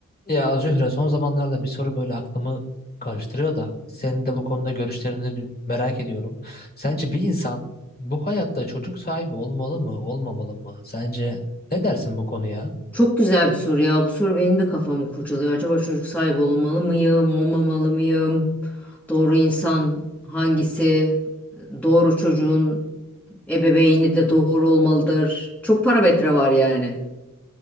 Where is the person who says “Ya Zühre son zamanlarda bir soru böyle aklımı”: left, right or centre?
Left